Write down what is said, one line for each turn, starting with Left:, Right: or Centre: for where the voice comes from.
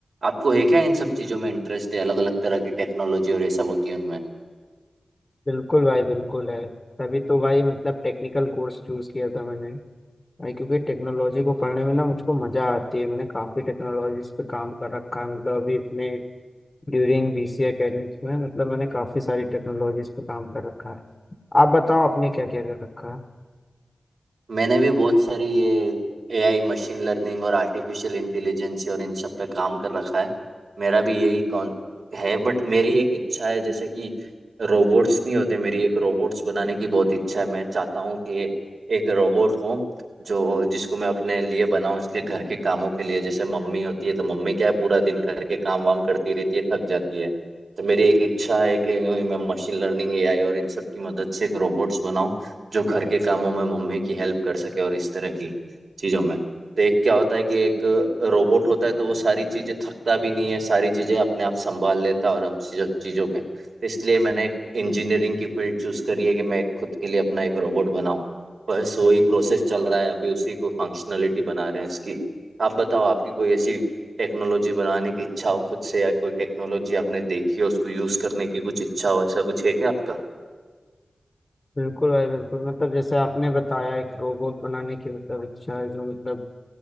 Right: आपको है क्या इन सब चीज़ों में इंटरेस्ट है अलग अलग तरह की टेक्नोलॉजी और ये सब होती है उनमें
Left: बिल्कुल भाई बिल्कुल है तभी तो भाई मतलब टेक्निकल कोर्स चूज़ किया था मैंने भाई क्योंकि टेक्नोलॉजी को पढ़ने में ना मुझको मजा आती है मैंने काफी टेक्नोलॉजीज पे काम कर रखा है मतलब अभी अपने ड्यूरिंग बीसी एकेडमिक्स में मतलब मैंने काफी सारी टेक्नोलॉजीज पे काम कर रखा है आप बताओ आपने क्या क्या कर रखा है
Right: मैंने भी बहुत सारी ये एआई मशीन लर्निंग और आर्टिफिशियल इंटेलिजेंस और इन सब पे काम कर रखा है मेरा भी यही कौन है बट मेरी एक इच्छा है जैसे कि रोबोट्स नहीं होते मेरी एक रोबोट्स बनाने की बहुत इच्छा है मैं चाहता हूँ कि एक रोबोट हो जो जिसको मैं अपने लिए बनाऊं इसलिए घर के कामों के लिए जैसे मम्मी होती है तो मम्मी क्या है पूरा दिन घर के काम वाम करती रहती है थक जाती है तो मेरी एक इच्छा है कि यूं ही मैं मशीन लर्निंग एआई और इन सब की मदद से एक रोबोट्स बनाऊं जो घर के कामों में मम्मी की हेल्प कर सके और इस तरह की चीजों में तो एक क्या होता है कि एक रोबोट होता है तो वो सारी चीजें थकता भी नहीं है सारी चीजें अपने आप संभाल लेता है और हम चीजों चीजों के तो इसलिए मैंने एक इंजीनियरिंग की फील्ड चूज करी है कि मैं खुद के लिए अपना एक रोबोट बनाऊं बस वही प्रोसेस चल रहा है अभी उसी को फंक्शनलिटी बना रहे हैं इसकी आप बताओ आपकी कोई ऐसी टेक्नोलॉजी बनाने की इच्छा हो खुद से या कोई टेक्नोलॉजी आपने देखी हो उसको यूज करने की कुछ इच्छा हो ऐसा कुछ है क्या आपका
Left: बिल्कुल भाई बिल्कुल मतलब जैसे आपने बताया एक रोबोट बनाने की मतलब इच्छा है जो मतलब